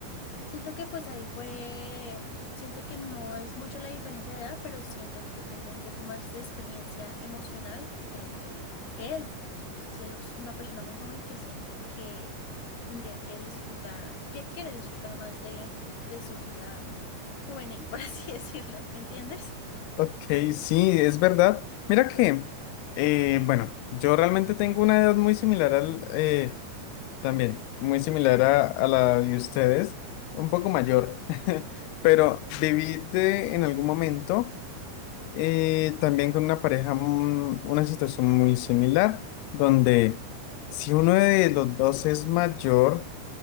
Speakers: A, on the left; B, on the left.
A: Siento que pues ahí fue, siento que no es mucho la diferencia de edad, pero siento que yo tengo un poco más de experiencia emocional que, que él. Pues es, él es una persona muy joven que siento que tendría que disfrutar, que quiere disfrutar más de, de su vida juvenil, por <laughs> así decirlo, ¿me entiendes?
B: Ok, sí, es verdad. Mira que, eh, bueno, yo realmente tengo una edad muy similar al, eh, también, muy similar a, a la de ustedes, un poco mayor, <laughs> pero viví de- en algún momento eh, también con una pareja, mm, una situación muy similar, donde si uno de los dos es mayor,